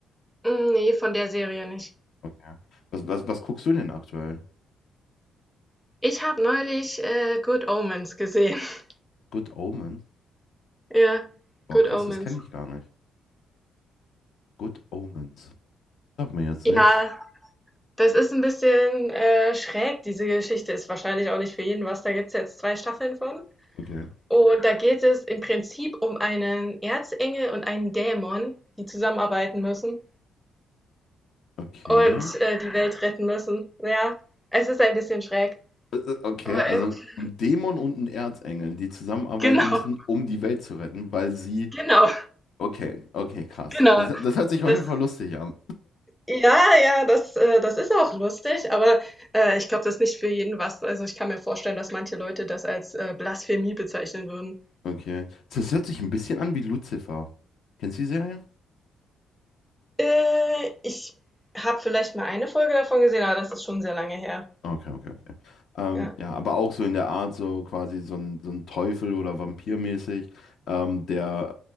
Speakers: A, in the centre; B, on the left (about 70°).
A: Hm, Nee, von der Serie nicht.
B: Okay. Was, was, was guckst du denn aktuell?
A: Ich habe neulich äh, Good Omens gesehen. <laughs>
B: Good Omens?
A: Ja,
B: Boah,
A: Good
B: krass,
A: Omens.
B: das kenne ich gar nicht. Good Omens. Sag mir jetzt
A: Ja,
B: nichts.
A: das ist ein bisschen äh, schräg, diese Geschichte. Ist wahrscheinlich auch nicht für jeden was. Da gibt es jetzt zwei Staffeln von.
B: Okay.
A: Und da geht es im Prinzip um einen Erzengel und einen Dämon, die zusammenarbeiten müssen
B: Okay.
A: und äh, die Welt retten müssen. Ja, es ist ein bisschen schräg.
B: Äh, äh, Okay,
A: Aber
B: also
A: irgendwie-
B: ein Dämon und ein Erzengel, die zusammenarbeiten
A: <laughs> genau,
B: müssen, um die Welt zu retten, weil sie.
A: genau.
B: Okay, okay, krass.
A: Genau,
B: Das, das hört sich auf
A: das
B: jeden Fall lustig an.
A: ja, ja, das, äh, das ist auch lustig, aber äh, ich glaube, das ist nicht für jeden was. Also ich kann mir vorstellen, dass manche Leute das als äh, Blasphemie bezeichnen würden.
B: Okay. Das hört sich ein bisschen an wie Lucifer. Kennst du die Serie?
A: Äh, ich habe vielleicht mal eine Folge davon gesehen, aber das ist schon sehr lange her.
B: Okay, okay, okay. Ähm,
A: Ja.
B: ja, aber auch so in der Art, so quasi so ein, so ein Teufel oder Vampirmäßig, ähm, der,